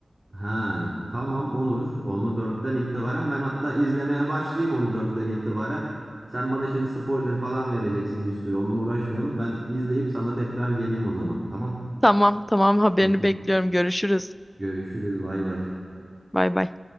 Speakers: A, on the right; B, on the left.
A: Ha, tamam olur. Onu dörtten itibaren ben hatta izlemeye başlayayım onu dörtten itibaren. Sen bana şimdi spoiler falan vereceksin bir sürü. Onunla uğraşmayalım. Ben izleyip sana tekrar geleyim o zaman. Tamam.
B: Tamam, tamam haberini
A: Peki
B: bekliyorum. Görüşürüz.
A: görüşürüz. Bay bay.
B: Bay bay.